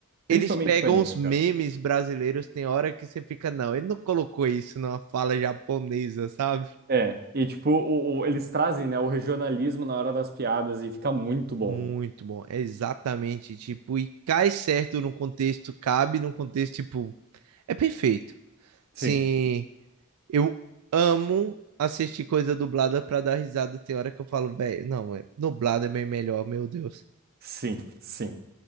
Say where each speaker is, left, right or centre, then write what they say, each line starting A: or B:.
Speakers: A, on the right; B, on the right.
A: Eles
B: principalmente
A: pegam
B: pra anime,
A: os memes
B: cara.
A: brasileiros, tem hora que você fica, não, ele não colocou isso numa fala japonesa, sabe?
B: É, e tipo, o- o- eles trazem, né, o regionalismo na hora das piadas e fica muito bom.
A: Muito bom, é exatamente, tipo, e cai certo no contexto, cabe num contexto, tipo, é perfeito.
B: Sim,
A: Sim, eu amo assistir coisa dublada pra dar risada, tem hora que eu falo, velho, não, é- dublado é bem melhor, meu Deus.
B: sim, sim.